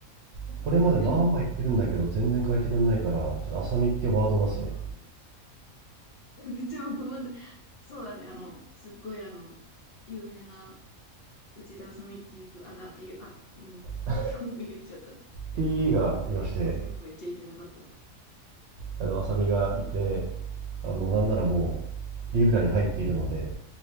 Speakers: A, on the left (about 50°); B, on the right (about 60°).
A: ね。
B: これまでまあまあ言ってるんだけど、全然変えてくんないから、ちょっと浅見っていうワードを出すね。
A: うん。<laughs> でもまだそうだね。あの、すっごいあの、有名な内田あさみっていう人が、あ、だ、あゆ、あ、うん。
B: あ、
A: 本名言っちゃった。えっと、
B: P がいまして、
A: 個人名は言っちゃいけなかったんだ。
B: あでも浅見がいて、
A: <laughs>
B: あのなんならもうリブラに入っているので